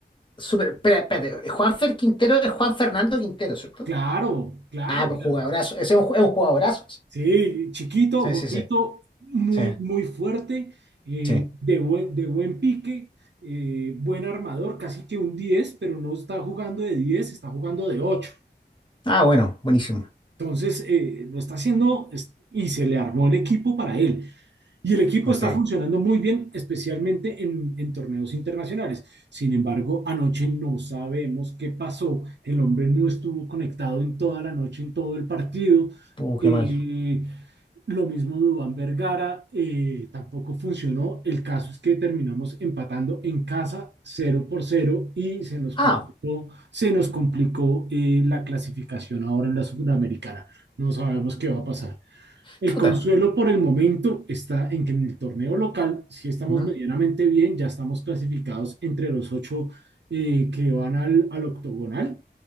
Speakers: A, on the left (about 25°); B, on the right (about 70°).
A: Súper, espera, espérate. Juanfer Quintero es Juan Fernando Quintero, ¿cierto?
B: Claro, claro,
A: Ah, pues
B: claro.
A: jugadorazo. Ese es un, ju- es un jugadorazo. ese.
B: Sí, chiquito,
A: Sí,
B: gordito,
A: sí, sí.
B: muy,
A: Sí,
B: muy fuerte, eh,
A: sí.
B: de buen, de buen pique, eh, buen armador, casi que un 10, pero no está jugando de 10, está jugando de 8.
A: Ah, bueno, buenísimo.
B: Entonces, eh, lo está haciendo es- y se le armó el equipo para él. Y el equipo
A: Ok.
B: está funcionando muy bien, especialmente en, en torneos internacionales. Sin embargo, anoche no sabemos qué pasó. El hombre no estuvo conectado en toda la noche, en todo el partido.
A: Uh,
B: Y
A: qué mal.
B: lo mismo Dubán Vergara, eh, tampoco funcionó. El caso es que terminamos empatando en casa cero por cero y se nos complicó,
A: Ah,
B: se nos complicó eh, la clasificación ahora en la Sudamericana. No sabemos qué va a pasar. El
A: chuta.
B: consuelo por el momento está en que en el torneo local sí estamos
A: Ujú.
B: medianamente bien, ya estamos clasificados entre los ocho eh, que van al, al octogonal.